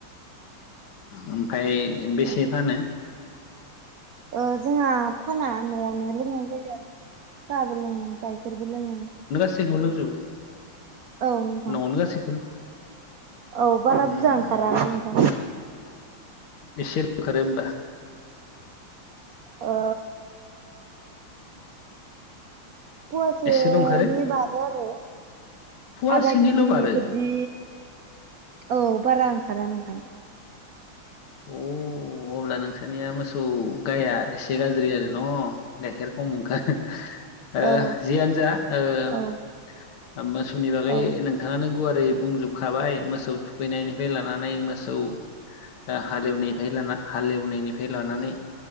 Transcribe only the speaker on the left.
ओमफ्राय बेसे
फानो?
इसेखौ लोंजोबो
न'आवनो गासैखौबो
उम
एसे ओंखारो होमबा
एसेल' ओंखारो
फुवासेनिल'
बारो
अ अब्ला नोंसानिया मोसौ गाइाया एसे गाज्रि आरो न' गाइखेर खम ओंखारो ओ
जियानो जा ओ
मोसौनि नि बागै
नों नोंथाङानो गुवारै बुंजोबखाबाय मोसौ थुखैनायनिफ्राय लानानै मोसौ हालेवनायनिफ्राय लाना हालेवनायनिफ्राय लानानै